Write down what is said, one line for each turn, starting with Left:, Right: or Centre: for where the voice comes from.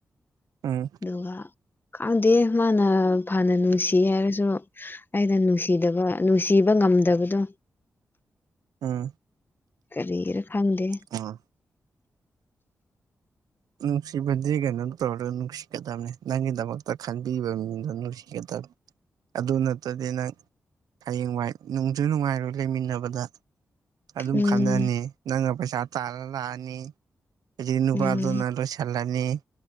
Right: ꯎꯝ
Left: ꯑꯗꯨꯒ ꯈꯪꯗꯦ ꯃꯥꯅ ꯐꯅ ꯅꯨꯡꯁꯤ ꯍꯥꯏꯔꯁꯨ꯫ ꯑꯩꯅ ꯅꯨꯡꯁꯤꯗꯕ ꯅꯨꯡꯁꯤꯕ ꯉꯝꯗꯕꯗꯣ꯫
Right: ꯑꯥ
Left: ꯀꯔꯤꯒꯤꯔ ꯈꯪꯗꯦ꯫
Right: ꯑ ꯅꯨꯡꯁꯤꯕꯗꯤ ꯀꯩꯅꯣ ꯇꯧꯔ ꯅꯨꯡꯁꯤꯒꯗꯝꯅꯤ ꯅꯪꯒꯤꯗꯃꯛꯇ ꯈꯟꯕꯤꯕ ꯃꯤꯗꯣ ꯅꯨꯡꯁꯤꯒꯗꯝ ꯑꯗꯨ ꯅꯠꯇꯗꯤ ꯅꯪ ꯍꯌꯦꯡꯋꯥꯏ ꯅꯨꯡꯖꯨ ꯅꯨꯡꯉꯥꯏꯔꯣꯏ ꯂꯩꯃꯤꯟꯅꯕꯗ ꯑꯗꯨꯝ
Left: ꯎꯝ
Right: ꯈꯪꯅꯅꯤ ꯅꯪꯅ ꯄꯩꯁꯥ ꯇꯥꯜꯂ ꯂꯥꯛꯑꯅꯤ ꯍꯧꯖꯤ ꯅꯨꯄꯥ꯫
Left: ꯎꯝ
Right: ꯂꯣꯏꯁꯤꯜꯂꯅꯤ